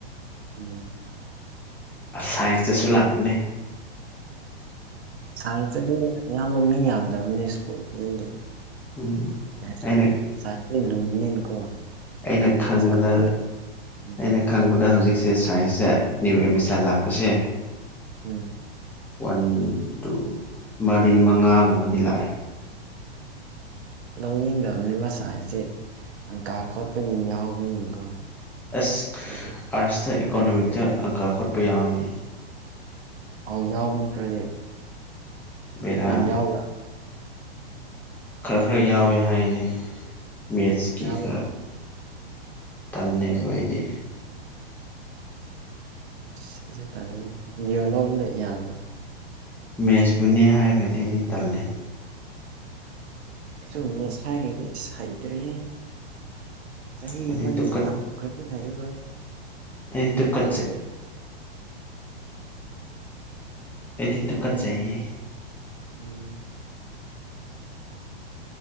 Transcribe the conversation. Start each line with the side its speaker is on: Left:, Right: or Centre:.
Right: ꯎꯝ
Centre: ꯑꯁ ꯁꯥꯏꯟꯁꯇꯁꯨ ꯂꯥꯛꯄꯅꯦ
Right: ꯁꯥꯏꯟꯁꯇꯗꯤ ꯑꯌꯥꯝꯕ ꯃꯤ ꯌꯥꯝꯗꯕꯅꯦ ꯁ꯭ꯀꯨꯜ ꯈꯨꯗꯤꯡꯒꯤ
Centre: ꯎꯝ
Right: ꯀꯩ ꯍꯥꯏꯁꯤꯔ
Centre: ꯑꯩꯅ
Right: ꯁꯥꯏꯟꯁꯇꯤ ꯂꯨꯕꯅꯤꯅꯀꯣ
Centre: ꯑꯩꯅ
Right: ꯃꯦꯠꯁ
Centre: ꯈꯪꯕꯗ
Right: ꯀꯥꯜꯀꯨꯂꯦꯠ ꯎꯝ
Centre: ꯑꯩꯅ ꯈꯪꯕꯗ ꯍꯧꯖꯤꯛꯁꯦ ꯁꯥꯏꯟꯁꯁꯦ ꯅꯤꯌꯨ ꯑꯦꯗꯃꯤꯁꯟ ꯂꯥꯛꯄꯁꯦ
Right: ꯎꯝ
Centre: ꯋꯥꯟ ꯇꯨ ꯃꯔꯤ ꯃꯉꯥꯒꯨꯝꯕꯗꯤ ꯂꯥꯛꯑꯦ
Right: ꯂꯧꯅꯤꯡꯗꯕꯅꯦꯕ ꯁꯥꯏꯟꯁꯁꯦ ꯑꯪꯀꯥ ꯈꯣꯠꯄꯒꯤ ꯌꯥꯎꯕꯅꯤꯅꯀꯣ
Centre: ꯑꯁ
Right: ꯑꯗꯨꯒꯤ
Centre: ꯑꯥꯔꯠꯁꯇ ꯏꯀꯣꯅꯣꯃꯤꯛꯇ ꯑꯪꯀꯥ ꯈꯣꯠꯄ ꯌꯥꯎꯋꯤꯅꯤ
Right: ꯑꯧ ꯌꯥꯎꯕꯅꯤ ꯈꯔꯗꯤ
Centre: ꯕꯦꯔꯥꯅꯤ
Right: ꯌꯥꯝ ꯌꯥꯎꯕ꯭ꯔꯥ
Centre: ꯈꯔ ꯈꯔ ꯌꯥꯎꯋꯤ ꯍꯥꯏꯅꯤ ꯃꯦꯠꯁꯀꯤ
Right: ꯑꯣ ꯌꯥꯎꯒꯗꯕꯅꯦ
Centre: ꯈꯔ ꯇꯜꯂꯦꯕ ꯑꯩꯗꯤ
Right: ꯁꯤꯁꯨ ꯇꯜꯂꯦ ꯕꯨꯗꯤꯑꯣ ꯂꯧꯕꯥ ꯌꯗꯔꯣ
Centre: ꯃꯦꯠꯁꯄꯨꯅꯤ ꯍꯥꯏꯔꯒꯗꯤꯗꯤ ꯑꯩꯗꯤ ꯇꯜꯂꯤ
Right: ꯑꯩꯁꯨ ꯃꯦꯁ ꯍꯥꯏꯈ꯭ꯔꯗꯤ ꯍꯩꯇ꯭ꯔꯦꯍꯦ ꯆꯍꯤ
Centre: ꯑꯩꯗꯤ
Right: ꯑꯃꯅꯤ
Centre: ꯇꯨꯀꯠ
Right: ꯑꯗꯨ ꯌꯥꯏꯕ <unintelligible>
Centre: ꯑꯩ ꯇꯨꯀꯠ
Right: ꯍꯥꯏ
Centre: ꯑꯩꯗꯤ ꯇꯗꯨꯀꯠ ꯆꯩꯌꯦ
Right: ꯎꯝ